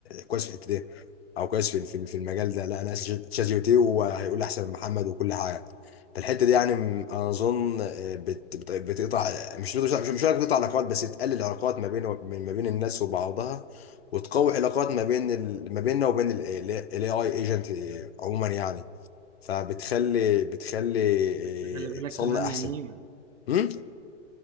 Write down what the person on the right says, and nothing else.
بس
خلي بالك
كمان
يا هيمن